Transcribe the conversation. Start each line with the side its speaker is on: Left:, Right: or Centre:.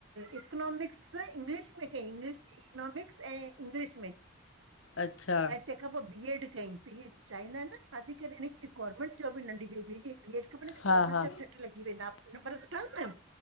Right: इकनॉमिक्स इंग्लिश में कयईं इंग्लिश इकनॉमिक्स ऐं इंग्लिश में
Left: अच्छा
Right: ऐं तंहिंखां पोए बीएड कयई, चाहींदा आहिन न छा थी करे हिन गवर्मेंट ॿी नंढी बेबी बीएड खपनि गवर्मेंट
Left: हा हा
Right: लॻी वेंदा, पर सुठा आहिन